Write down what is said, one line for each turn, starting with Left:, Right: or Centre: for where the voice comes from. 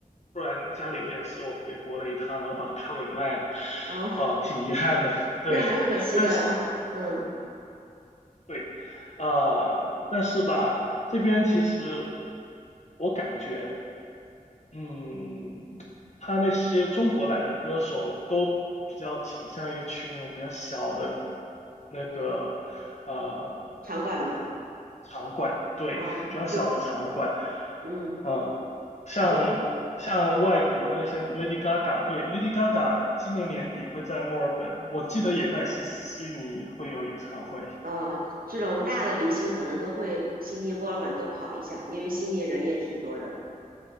Left: 突然家里有点事，我回国了一趟，然后把票给卖了，
Right: 哦，
Left: 啊、挺遗憾的。<laughs> 对，
Right: 那也蛮可惜的哈。
Left: 但是
Right: 嗯，
Left: 对，啊、但是吧，这边其实我感觉，嗯，他那些中国来的歌手都比较倾向于去那种比较小的那个。呃
Right: 场馆嘛，
Left: 场馆，对，
Right: 啊，
Left: 比较小的场馆，
Right: 就嗯。
Left: 嗯，像像外国的那些
Right: 就。
Left: Lady Gaga，对，Lady Gaga 今年年底会在墨尔本，我记得也在悉悉尼会有演唱会，
Right: 呃，这种大的明星可能都会悉尼、墨尔本都跑一下，因为悉尼人也挺多的。